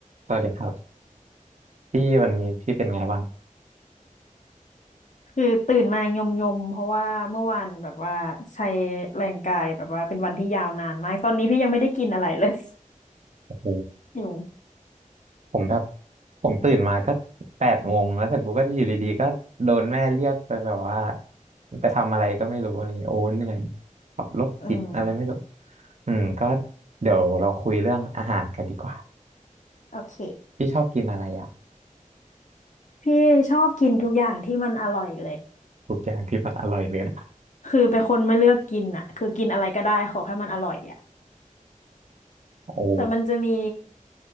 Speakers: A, on the right; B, on the left.
A: สวัสดีครับพี่วันนี้พี่เป็นไงบ้าง
B: คือตื่นมายมยมเพราะว่าเมื่อวานแบบว่าใช้แรงกายแบบว่าเป็นวันที่ยาวนานมากตอนนี้พี่ยังไม่ได้กินอะไรเลย
A: โอ้โห
B: <laughs> อยู่
A: ผมแบบผมตื่นมาก็แปดโมงแล้วเสร็จปุ๊บก็อยู่ดีๆก็โดนแม่เรียกไปแบบว่าไปทำอะไรก็ไม่รู้อะไรอย่างเงี้ยโอ้เหนื่อยขับรถติดอะไรไม่รู้
B: อืม
A: อืมก็เดี๋ยวเราคุยเรื่องอาหารกันดีกว่า
B: โอเค
A: พี่ชอบกินอะไรอ่ะ
B: พี่ชอบกินทุกอย่างที่มันอร่อยเลย
A: ทุกอย่างที่มันอร่อยเลยนะ
B: คือเป็นคนไม่เลือกกินอ่ะคือกินอะไรก็ได้ขอแค่มันอร่อยอ่ะ
A: โอ้
B: แต่มันจะมี